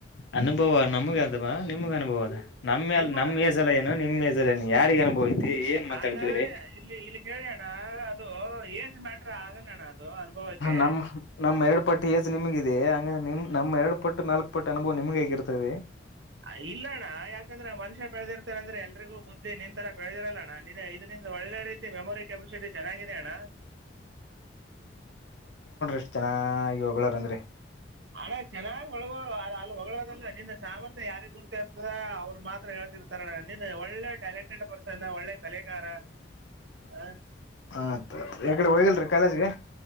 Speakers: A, on the left (about 75°); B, on the right (about 70°).
A: ಅನುಭವ ನಮ್ಗೆ ಅಂತವಾ ನಿಮ್ಗೆ ಅನುಭವ ಅದ ನಮ್ಮ
B: ನಿಮ್ಮ
A: ನಮ್ಮೇಜಲ್ಲ ಏನು ನಿಮ್ಮೇಜಲ್ಲ ಏನು ಯಾರಿಗ ಅನುಭವ ಐತಿ? ಏನ್
B: ಹಾಂ
A: ಮಾತಾಡ್ತಿದ್ರಿ
B: ಅಣ್ಣ ಇಲ್ಲಿ ಇಲ್ಲಿ ಹೇಳಿ ಅಣ್ಣ ಹಾ ಅದು ಏಜ್ ಮ್ಯಾಟ್ರ ಆಗಲ್ಲ <inaudible> ಅನುಭವಕ್ಕೆ
A: ನಮ ನಮ್ ಎರಡು ಪಟ್ ಏಜ್ ನಿಮಗಿದೆ ಹಂಗ್ ನಿಮ್ ನಮ್ಮ ಎರಡು ಪಟ್ಟು ನಾಲ್ಕ ಪಟ್ಟು ಅನುಭವ್ ನಿಮ್ಗ ಆಗಿರ್ತದೆ
B: ಆ ಇಲ್ಲಣ್ಣ ಯಾಕಂದ್ರೆ ಮನುಷ್ಯ ಬೆಳದಿರ್ತಾನ ಅಂದ್ರೆ ಎಲ್ರಿಗುಬುದ್ಧಿ ನಿನ್ ತರ ಬೆಳದಿರಲ್ಲ <unintelligible> ನಿನ್ನೆ ಇದರಿಂದ ಒಳ್ಳೆ ರೀತಿ ಮೆಮೊರಿ ಕ್ಯಾಪಸಿಟಿ ಚೆನ್ನಾಗಿದೆ ಅಣ್ಣ
A: ಇಷ್ಟು ಚೆನಾಗಿ ಹೊಗಳರ್ ಅಂದ್ರೆ
B: ಹಣ ಚೆನ್ನಾಗಿ ಒಳಗ ಅಲ್ಲ ಹೊಗಳೋದಲ್ಲ ನಿನ್ನ ಸಾಮರ್ಥ್ಯ ಯಾರಿಗ್ ಗುರ್ತಿ ಇರ್ತದ ಅವ್ರು ಮಾತ್ರ ಹೇಳ್ತಿರ್ತಾರಣನ್ನ ಒಳ್ಳೆ ಟ್ಯಾಲೆಂಟೆಡ್ ಪರ್ ನ ಒಳ್ಳೆ ಕಲೆಗಾರ ಹಾ
A: ಆತ್ ಆತ್ ಈ ಕಡೆ ಹೋಗಿಲ್ರಿ ಕಾಲೇಜ್ಗೆ